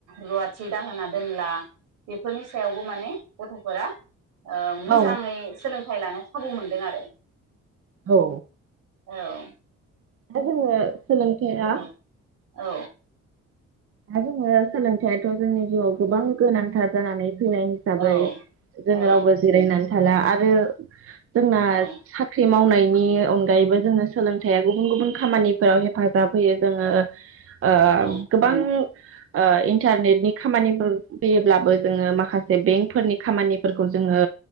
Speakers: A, on the right (about 85°); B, on the right (about 45°).
A: रुवाथि दाहोना दोनला बेफोरनि सायावबो माने गथ'फोरा ओ मोजाङै
B: औ
A: सोलोंथाइ लानो खाबु मोनदों आरो
B: औ
A: औ
B: दा जोङो सोलोंथेरा
A: औ औ
B: दा जोङो सोलोंथाइयाथ' जोंनि जिउआव गोबां गोनांथार जानानै फैनाय हिसाबै
A: औ
B: जों
A: औ
B: रावबो जिरायनानै फाला आरो जोंना
A: औ
B: साख्रि मावनाय नि अनगायैबो जोङो सोलोंथाइया गुबुन गुबुन खामानिफोराव हेफाजाब होयो जोङो अ अ
A: औ
B: गोब औ ओ इन्टारनेटनि खामानिफोर फैयोब्लाबो जोङो माखासे बेंकफोरनि खामानिफोरखौ जोङो